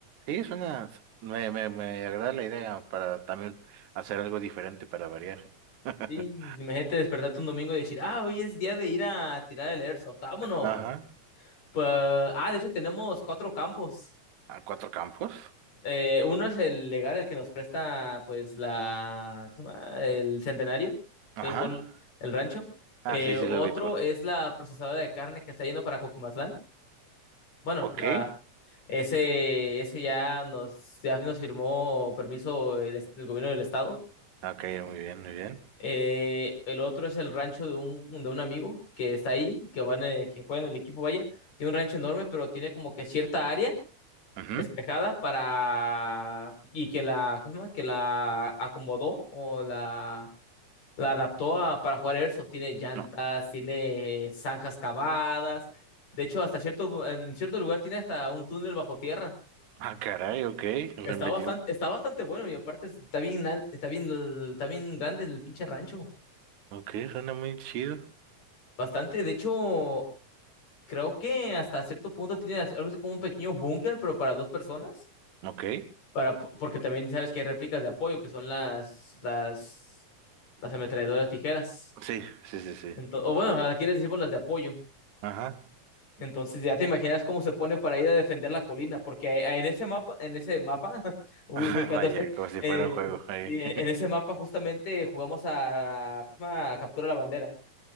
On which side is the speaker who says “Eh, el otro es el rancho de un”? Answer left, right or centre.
Left